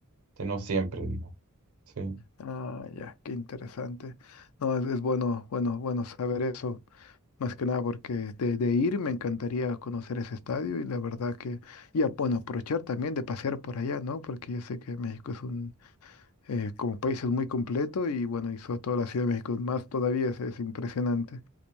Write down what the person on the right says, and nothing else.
que no siempre, digo. Sí.